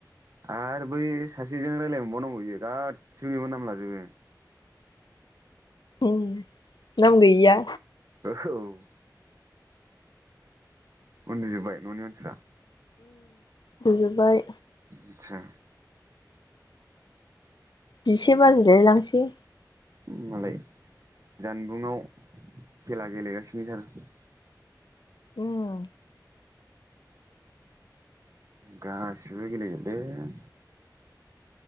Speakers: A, on the right; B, on the left.
A: आरो बै सासेजों रायलाय मोनबावनांगौ इयो गासैनिबो नाम लाजोबो।
B: उम नाम गैयिया
A: ओह औ। <inaudible> उन्दुजोबबाय न'नि मानसिफ्रा।
B: गुजोबबाय।
A: आतसा
B: जिसे बाजिलाय लांसै।
A: ओम मालाय जानबुङाव खेला गेलेगासिनो <unintelligible>
B: उम
A: गासिबो गेलेजोबदों